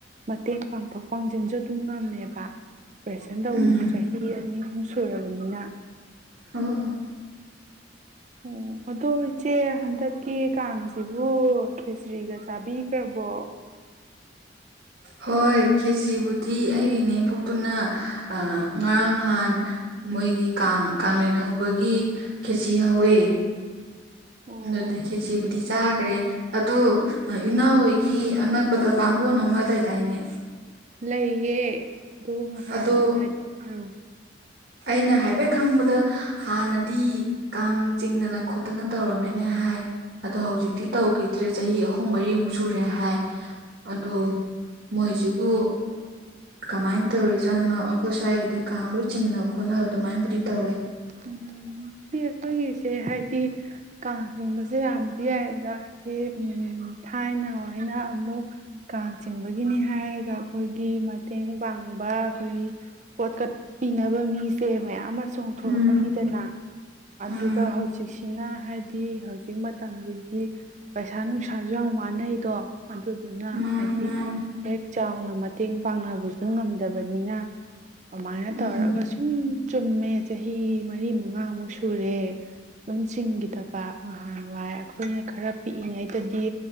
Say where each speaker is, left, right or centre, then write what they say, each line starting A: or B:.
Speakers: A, on the right; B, on the right.
A: ꯃꯇꯦꯡ ꯄꯥꯡꯊꯣꯛ ꯄꯥꯡꯁꯤꯟꯁꯨ ꯑꯗꯨꯝ ꯉꯝꯃꯦꯕ ꯑꯣꯄ꯭ꯔꯦꯁꯟ ꯇꯧꯕꯁꯨ
B: ꯎꯝ
A: ꯆꯍꯤ ꯑꯅꯤ ꯑꯍꯨꯝ ꯁꯨꯔꯕꯅꯤꯅ
B: ꯑꯣ ꯍꯣ
A: ꯑꯣ ꯑꯗꯣ ꯏꯆꯦ ꯍꯟꯗꯛꯀꯤ ꯀꯥꯡꯁꯤꯕꯨ ꯈꯦꯆ꯭ꯔꯤꯒ ꯆꯥꯕꯤ ꯔꯕꯣ
B: ꯍꯣꯏ ꯈꯦꯆꯤꯕꯨꯗꯤ ꯑꯩꯒꯤ ꯅꯦꯝꯄꯣꯛꯇꯨꯅ ꯑꯥ ꯉꯔꯥꯡ ꯅꯍꯥꯟ ꯃꯣꯏꯒꯤ ꯀꯥꯡ ꯀꯂꯦꯟ ꯍꯧꯕꯒꯤ ꯈꯦꯆꯤ ꯍꯧꯋꯦ
A: ꯑꯣ
B: ꯑꯗꯨꯗ ꯈꯦꯆꯤꯕꯨꯗꯤ ꯆꯥꯒ꯭ꯔꯦ ꯑꯗꯨ ꯑꯥ ꯏꯅꯥꯎꯍꯣꯏꯒꯤ ꯑꯅꯛꯄꯗ ꯕꯝꯕꯣꯟ ꯑꯃ ꯂꯩꯗꯥꯏꯅꯦ?
A: ꯂꯩꯌꯦ ꯑꯗꯨ ꯅꯍꯥꯟ
B: ꯑꯗꯣ
A: ꯍꯥꯏꯗꯤ ꯑꯥ
B: ꯑꯩꯅ ꯍꯥꯏꯐꯦꯠ ꯈꯪꯕꯗ ꯍꯥꯟꯅꯗꯤ ꯀꯥꯡ ꯆꯤꯡꯗꯅ ꯈꯣꯠꯇꯅ__ ꯇꯧꯔꯝꯃꯦꯅꯦ ꯍꯥꯏ ꯑꯗꯣ ꯍꯧꯖꯤꯛꯇꯤ ꯇꯧꯒꯤ__ ꯇ꯭ꯔꯦ ꯆꯍꯤ ꯑꯍꯨꯝ ꯃꯔꯤꯃꯨꯛ ꯁꯨꯔꯦ ꯍꯥꯏ ꯑꯗꯨ ꯃꯣꯏꯁꯤꯕꯨ__ ꯀꯃꯥꯏ ꯇꯧꯔꯤꯖꯥꯠꯅꯣ ꯑꯩꯈꯣꯏ ꯁ꯭ꯋꯥꯏꯒꯤꯗꯤ ꯀꯥꯡ ꯂꯣꯏ ꯆꯤꯡꯅ ꯈꯣꯠꯅꯕ ꯑꯗꯨꯃꯥꯏ ꯕꯨꯗꯤ ꯇꯧꯋꯦ꯫
A: ꯎꯝ ꯁꯤ ꯑꯈꯣꯏꯒꯤꯁꯦ ꯍꯥꯏꯗꯤ__ ꯀꯥꯡ ꯆꯤꯡꯕꯁꯦ ꯌꯥꯕꯗꯤ ꯌꯥꯏꯌꯦ ꯑꯗꯒꯤ ꯎꯝ ꯊꯥꯏꯅ ꯍꯣꯏꯅ ꯑꯃꯨꯛ__ ꯀꯥꯡ ꯆꯤꯡꯕꯒꯤꯅꯤ ꯍꯥꯏꯔꯒ ꯑꯈꯣꯏꯒꯤ ꯃꯇꯦꯡ ꯄꯥꯡꯕ ꯑꯈꯣꯏꯒꯤ__ ꯄꯣꯠ ꯀꯠ ꯄꯤꯅꯕ ꯃꯤꯁꯦ ꯃꯌꯥꯝ ꯑꯃ__ ꯆꯣꯡꯊꯣꯛꯑꯅꯤꯗꯅ
B: ꯎꯝ
A: ꯑꯗꯨꯒ
B: ꯎꯝ
A: ꯍꯧꯖꯤꯛꯁꯤ__ ꯏꯅ ꯍꯥꯏꯗꯤ ꯍꯧꯖꯤꯛ ꯃꯇꯝꯁꯤꯗꯤ ꯄꯩꯁꯥ ꯅꯨꯡꯁꯥꯁꯨ ꯌꯥꯝ ꯋꯥꯅꯩꯗꯣ꯫ ꯑꯗꯨꯗꯨꯅ
B: ꯃꯥꯅꯦ
A: ꯍꯥꯏꯗꯤ__
B: ꯃꯥꯅꯦ
A: ꯍꯦꯛ ꯆꯥꯎꯅ ꯃꯇꯦꯡ ꯄꯥꯡꯅꯕꯁꯨ ꯉꯝꯗꯕꯅꯤꯅ ꯑꯃꯥꯏꯅ
B: ꯎꯝ
A: ꯇꯧꯔꯒꯁꯨ__ ꯎꯝ ꯆꯨꯝꯃꯦ ꯆꯍꯤ ꯃꯔꯤ ꯃꯉꯥꯃꯨꯛ ꯁꯨꯔꯦ꯫ ꯎꯝ ꯁꯤꯡꯒꯤꯗꯕ ꯅꯍꯥꯟꯋꯥꯏ ꯑꯈꯣꯏꯅ ꯈꯔ__ ꯄꯤꯛꯏꯉꯩꯗꯗꯤ